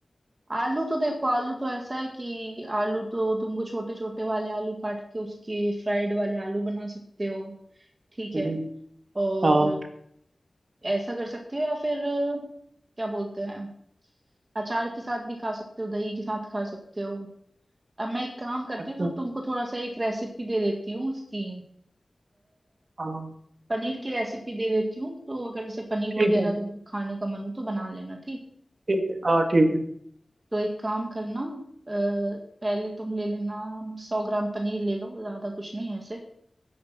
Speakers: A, on the right; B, on the right.
A: आलू तो देखो आलू तो ऐसा है कि आलू तो तुमको छोटे छोटे वाले आलू काट के उसके फ्राइड वाले आलू बना सकते हो ठीक
B: हम्म,
A: है और
B: हाँ
A: ऐसा कर सकते हो या फिर क्या बोलते हैं अचार के साथ भी खा सकते हो दही के साथ खा सकते हो अब मैं एक काम करती
B: अच्छा
A: हूँ तो तुमको थोड़ा सा एक रेसिपी दे देती हूँ इसकी
B: हाँ
A: पनीर की रेसिपी दे देती हूँ तो अगर जैसे पनीर
B: ठीक
A: वगैरह
B: है
A: तुमको खाने का मन हो तो बना लेना ठीक
B: ठीक है हाँ ठीक है
A: तो एक काम करना अ, पहले तुम ले लेना सौ ग्राम पनीर ले लो ज्यादा कुछ नहीं है ऐसे